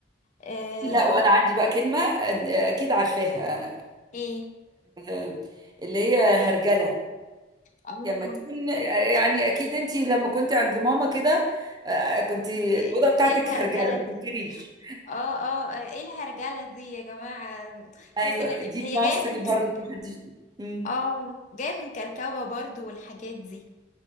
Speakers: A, on the left (about 45°); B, on the right (about 20°).
A: آه
B: لا وانا
A: لا
B: عندي بقى كلمه آه، اكيد عارفاها
A: ايه
B: آه، اللي هي هرجله
A: آه،
B: لما تكون آه، يعني اكيد انت لما كنت عند ماما كده آه، كنت الاوضه
A: ايه
B: بتاعتك
A: إيه الهرجلة
B: هرجله ما تنكريش
A: اه اه آه، ايه الهرجلة دي يا جماعة تحس
B: ايوه
A: ان
B: دي
A: هي
B: في مصري
A: جاية من
B: برضو
A: كرك
B: محدش مم.
A: اه جاية من كركبة برضو والحاجات دي